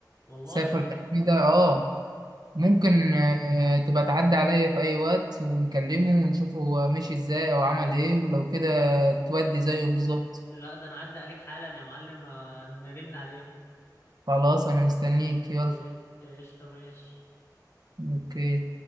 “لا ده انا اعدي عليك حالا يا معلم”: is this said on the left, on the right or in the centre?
Left